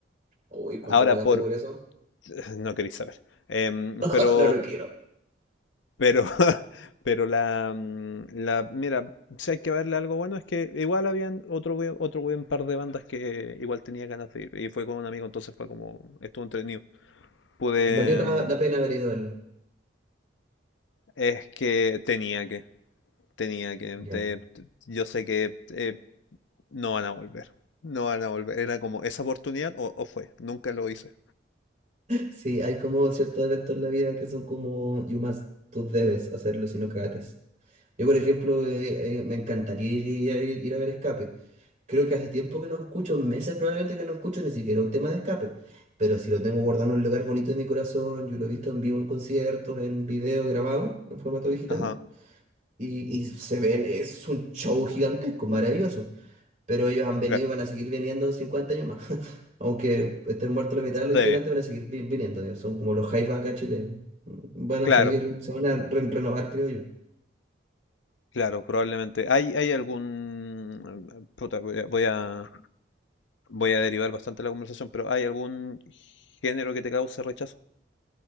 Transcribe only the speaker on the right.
Uy, ¿cuánto
pagaste
por eso?
<laughs>
No lo quiero.
Valió la,
la pena haber ido a verlo.
Ya.
Sí, hay como ciertos eventos en la vida que son como you must, tú debes hacerlo si no cagates. Yo, por ejemplo, eh, eh, me encantaría ir, ir a ir a ver Escape. Creo que hace tiempo que no escucho, meses probablemente que no escucho ni siquiera un tema de escape. Pero si lo tengo guardado en un lugar bonito de mi corazón, yo lo he visto en vivo en conciertos, en video grabado, en formato digital.
Y, y se ven, es un show gigantesco, maravilloso. Pero ellos han venido
y van a seguir viniendo 50 años más. <laughs> Aunque estén muertos la mitad de los
integrantes, van a seguir vi- viniendo. eh, Son como los Jaivas acá en Chile. mm, Van
a seguir, se van a re- renovar, creo yo.